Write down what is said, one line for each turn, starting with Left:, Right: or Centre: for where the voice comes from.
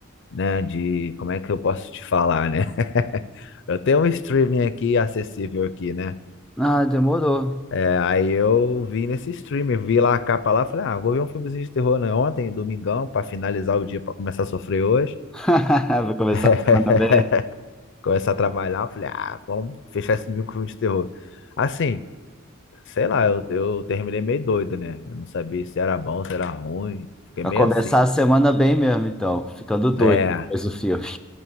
Left: né, de como é que eu posso te falar, né? <laughs> Eu tenho um streaming aqui acessível aqui, né?
Centre: Ah, demorou.
Left: É, aí eu vi nesse streaming, vi lá a capa lá, falei, ah, vou ver um filmezinho de terror, né? Ontem, domingão, pra finalizar o dia, pra começar a sofrer hoje.
Centre: <laughs> Vai começar
Left: <laughs>
Centre: a semana bem.
Left: começar a trabalhar, eu falei, ah, vamos fechar esse domingo com filme de terror. Assim, sei lá, eu, eu terminei meio doido, né? Eu não sabia se era bom, se era ruim. Fiquei
Centre: Vai
Left: meio
Centre: começar
Left: assim, mano.
Centre: a semana bem mesmo, então. Ficando doido
Left: É.
Centre: depois do filme.